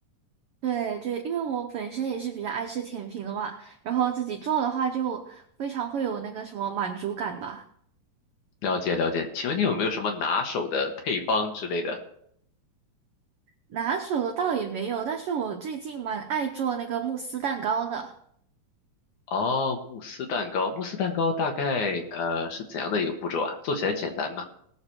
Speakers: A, on the right (about 85°); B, on the left (about 65°).
A: 对对，因为我本身也是比较爱吃甜品的嘛，然后自己做的话就非常会有那个什么满足感吧。
B: 了解了解，请问你有没有什么拿手的配方之类的？
A: 拿手的倒也没有，但是我最近蛮爱做那个慕斯蛋糕的。
B: 哦，慕斯蛋糕，慕斯蛋糕大概呃是怎样的一个步骤啊？做起来简单吗？